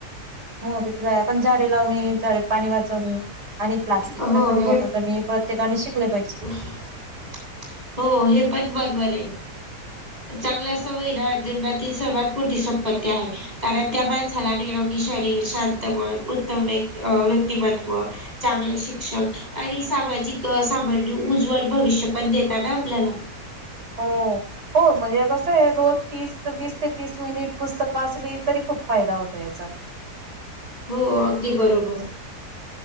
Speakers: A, on the right (about 85°); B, on the right (about 25°).
A: मग ते त आहे आपण झाडे लावणे झाडे पाणी वाचवणे आणि प्लास्टिकचा
B: हो
A: कमी
B: हे
A: वापर करणे परत प्रत्येकाने शिकले पाहिजे.
B: हो हे पण बरोबर आहे. चांगला सवय ना जीवनातील सर्वात मोठी संपत्ती आहे. कारण त्या माणसाला निरोगी शरीर, शांत उत्तम उत्तम व्यक्तिमत्व. चांगले शिक्षण आणि सामाजिक सामर्थ्य आणि उज्ज्वल भविष्य पण देता ना आपल्याला.
A: हो. होय म्हणजे कसं आहे रोज तीस वीस ते तीस मिनिट पुस्तक वाचली तरी खूप फायदा होतो याचा.
B: हो अगदी बरोबर.